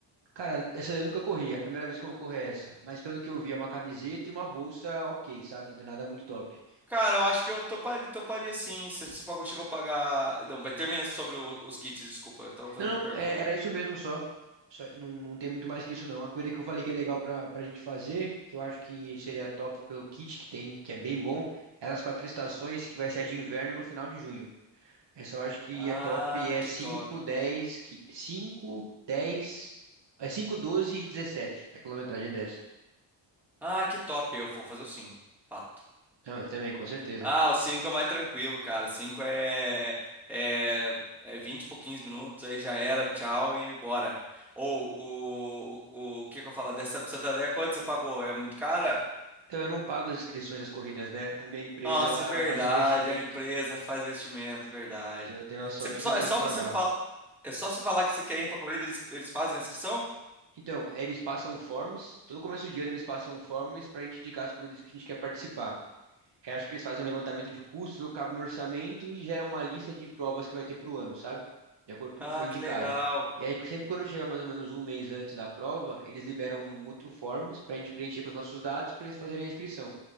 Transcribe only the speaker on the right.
Cara, essa daí eu nunca corri, é a primeira vez que eu vou correr é essa. Mas pelo que eu vi, é uma camiseta e uma bolsa ok, sabe? Não é nada muito top.
Não, não,
é- era
isso mesmo só. Só- não, não tem muito mais que isso, não. Uma coisa que eu falei que é legal pra, pra gente fazer, que eu acho que seria top pelo kit que tem, que é bem bom, era as quatro estações, que vai ser a de inverno no final de junho. Essa eu acho que
é top, e é
5,
10, qui- cinco, dez, é 5, 12 e 17, a quilometragem dessa.
Não, eu também, com certeza.
Então eu não pago as inscrições das corridas, né? A minha empresa,
ela
faz investimento.
Então eu tenho a sorte
de não ter
que pagar.
Então, é, eles passam forms, todo começo de ano eles passam forms para a gente indicar as corridas que a gente quer participar. Eu acho que eles fazem um levantamento de custos, vê o que cabe no orçamento e geram uma lista de provas que vai ter pro ano, sabe? De acordo com
o que foi indicado.
E aí, sempre quando chega mais ou menos um mês antes da prova, eles liberam um outro forms para a gente preencher com os nossos dados para eles fazerem a inscrição.